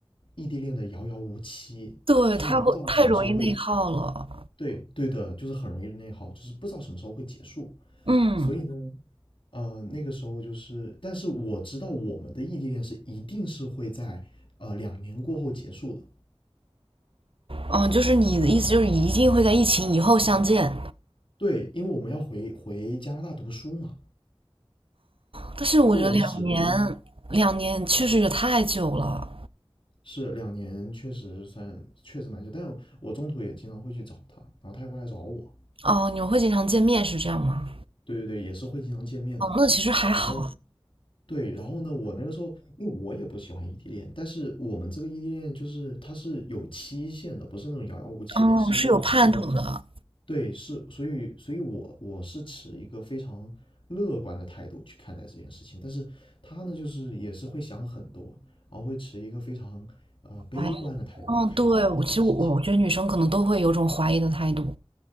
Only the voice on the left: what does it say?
异地恋的遥遥无期，
就是你不知道什么时候会，
对对的，就是很容易内耗，就是不知道什么时候会结束，
所以呢，呃，那个时候就是，但是我知道我们的异地恋是一定是会在呃两年过后结束的。
对，因为我们要回回加拿大读书嘛，
就我们始终还是
是两年，确实算确实蛮久。但我中途也经常会去找他，然后他也会来找我。
对对对，也是会经常见面的。
然后对，然后呢，我那个时候因为我也不喜欢异地恋，但是我们这个异地恋就是它是有期限的，不是那种遥遥无期的，
是因为我们知道我
对，是，所以，所以我我是持一个非常乐观的态度去看待这件事情，但是他呢，就是也是会想很多，然后会持一个非常呃悲观的态度看待一个这样的事情。